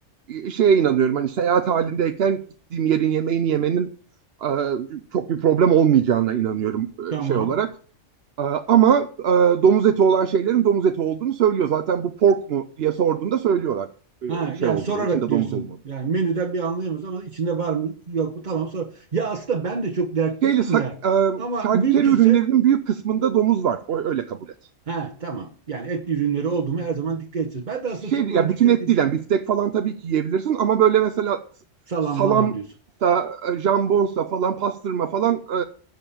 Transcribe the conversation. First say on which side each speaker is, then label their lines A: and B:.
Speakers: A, on the right; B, on the right.
A: e, e, şeye inanıyorum hani seyahat halindeyken gittiğim yerin yemeğini yemenin e, çok bir problem olmayacağına inanıyorum
B: Tamam.
A: e, şey olarak. E, Ama e, domuz eti olan şeylerin domuz eti olduğunu söylüyor. Zaten bu pork mu diye sorduğunda söylüyorlar
B: Ha,
A: e, şey
B: yani
A: olduğunu,
B: sorarak
A: içinde
B: diyorsun.
A: domuz olmadığını.
B: Yani menüden bir anlayamıyoruz ama içinde var mı yok mu tamam sor. Ya aslında ben de çok dert
A: Şeyle
B: değilim
A: sak-
B: de
A: e,
B: ama
A: şarküteri
B: mümkünse
A: ürünlerinin büyük kısmında domuz var. O, öyle kabul et.
B: ha tamam. Yani etli ürünleri oldu mu her zaman dikkat edeceğiz. Ben de aslında
A: şey
B: çok
A: ya
B: böyle dikkatli
A: bütün et değil
B: değilim.
A: yani biftek falan tabii ki yiyebilirsin ama böyle mesela
B: Salam
A: salam
B: malam diyorsun.
A: da e, jambonsa falan pastırma falan e,